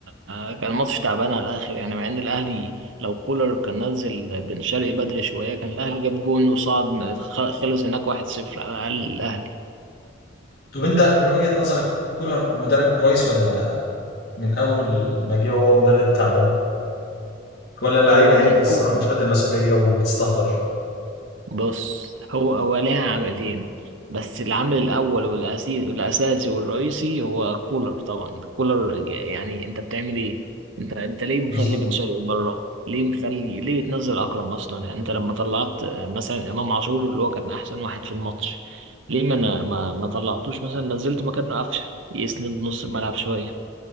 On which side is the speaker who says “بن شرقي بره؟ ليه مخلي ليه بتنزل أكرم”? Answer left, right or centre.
Right